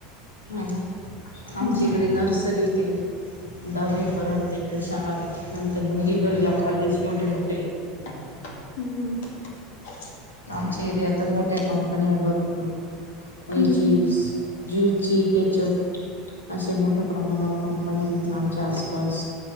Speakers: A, on the left (about 80°); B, on the left (about 55°).
A: हा हा
B: हम्म
A: आमच्या हिकडे नर्सरी ते दहावी पर्यंत इकडे शाळा आहे नंतर दिंडोरीला कॉलेज मोठे मोठे.
B: हम्म हम्.
A: आमच्या एरियात मोठ्या कंपन्या आय भरपुर. पयचीस
B: हम्म हम्म
A: ज्यु ची केचप अशे मोठ्या प्रमाणावर कंपनी इथ आमच्या आसपास.